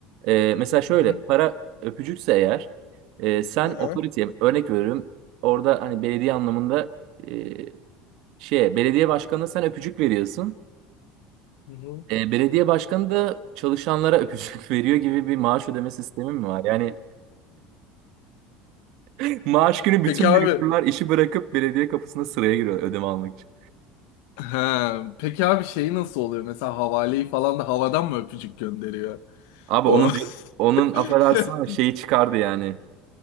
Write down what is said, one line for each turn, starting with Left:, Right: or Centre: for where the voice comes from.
Right: Ee, mesela şöyle
Left: Hı hı.
Right: para öpücükse eğer e, sen
Left: Hı hı.
Right: otoriteye örnek veriyorum orada hani belediye anlamında e, şeye belediye başkanına sen öpücük veriyorsun.
Left: Hı hı.
Right: E, belediye başkanı da çalışanlara öpücük <laughs> veriyor gibi bir maaş ödeme sistemi mi var? Yani <laughs> maaş günü bütün
Left: Peki abi.
Right: memurlar işi bırakıp belediye kapısına sıraya giriyor ödeme almak için.
Left: Ha. Peki abi şeyi nasıl oluyor? Mesela havaleyi falan da havadan mı öpücük gönderiyor?
Right: Abi
Left: O
Right: onun c- onun affedersin
Left: <laughs>
Right: ama şeyi çıkardı yani.